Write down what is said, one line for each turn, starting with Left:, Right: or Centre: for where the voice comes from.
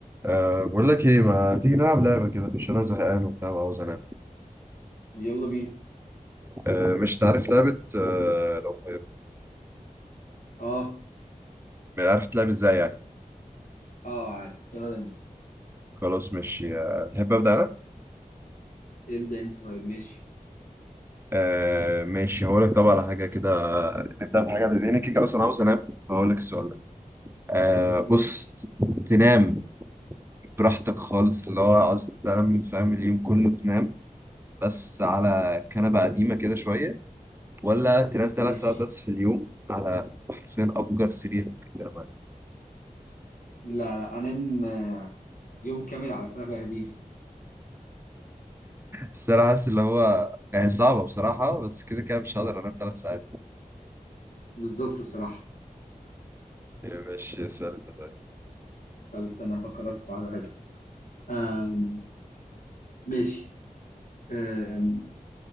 Right: أه بقول لك ايه ما تيجي نلعب لعبه كده عشان انا زهقان وبتاع وعاوز انام
Left: يلا بينا
Right: أه مش تعرف لعبه أه لو
Left: اه
Right: عارف تلعب ازاي يعني
Left: اه عارف يلا ده انت
Right: خلاص ماشي أه تحب ابدا انا
Left: ابدأ انت طيب ماشي
Right: أه ماشي هقول لك طبعا على حاجه كده نبدا بحاجه لان كده اصلا عاوز انام هقول لك السؤال ده أه
Left: ماشي
Right: بص ت- تنام براحتك خالص اللي هو عاوز تنام فاهم اليوم كله تنام بس على كنبه قديمه كده شويه ولا تنام
Left: ماشي
Right: ثلاث ساعات بس في اليوم على حرفيا افجر سرير ممكن تنام
Left: لا لا انام آه، يوم كامل على كنبة قديمة
Right: بس انا حاسس اللي هو يعني صعبة بصراحة بس كده كده مش هقدر انام ثلاث ساعات
Left: بالظبط بصراحة
Right: يعني ماشي اسأل انت طيب
Left: طب استنى هفكرك في واحدة حلوة آم، ماشي آم،